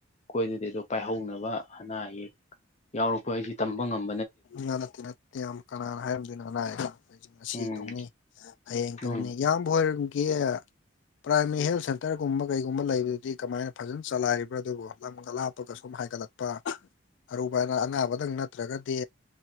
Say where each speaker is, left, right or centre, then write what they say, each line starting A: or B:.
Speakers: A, on the left; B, on the left.
A: ꯈꯣꯏꯗꯗꯤ ꯑꯗꯣ ꯄꯥꯏꯍꯧꯅꯕ ꯑꯅꯥ ꯑꯌꯦꯛ ꯌꯥꯎꯔꯛꯄ ꯍꯥꯏꯖꯤ ꯇꯝꯕ ꯉꯝ
B: ꯅ ꯅꯠꯇꯦ ꯅꯠꯇꯦ ꯌꯥꯝ ꯀꯅꯥꯅ ꯍꯥꯏꯔꯝꯗꯣꯏꯅꯣ ꯑꯅꯥ ꯑꯌꯦꯛ ꯂꯥꯛꯄ ꯍꯥꯏꯖꯤ ꯉꯁꯤ
A: ꯎꯝ
B: ꯇꯧꯅꯤ ꯍꯌꯦꯡ ꯇꯧꯅꯤ
A: ꯎꯝ
B: ꯏꯌꯥꯝꯕ ꯍꯣꯏꯔꯨꯝꯒꯤ ꯄ꯭ꯔꯥꯏꯃꯔꯤ ꯍꯦꯜ ꯁꯦꯟꯇꯔꯒꯨꯝꯕ ꯀꯩꯒꯨꯝꯕ ꯂꯩꯕꯗꯨꯗꯤ ꯀꯃꯥꯏꯅ ꯐꯖꯅ ꯆꯂꯥꯏꯔꯤꯕ꯭ꯔꯥ ꯑꯗꯨꯕꯨ ꯂꯝꯒ ꯂꯥꯞꯄꯒ ꯁꯨꯝ ꯍꯥꯏꯒꯠꯂꯛ ꯄ ꯑꯔꯨꯕ ꯑꯅꯥ ꯑꯅꯥꯕꯗꯪ ꯅꯠꯇ꯭ꯔꯒꯗꯤ